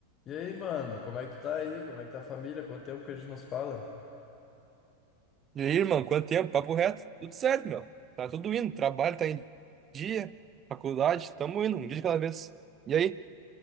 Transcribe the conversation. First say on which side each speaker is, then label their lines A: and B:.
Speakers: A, on the left (about 30°); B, on the right (about 25°).
A: E aí, mano, como é que tu tá aí? Como é que tá a família? Quanto tempo que a gente nos fala?
B: E aí, irmão, quanto tempo? Papo reto? Tudo certo, meu. Tá tudo indo. Trabalho tá em dia, faculdade, tamo indo, um dia de cada vez. E aí?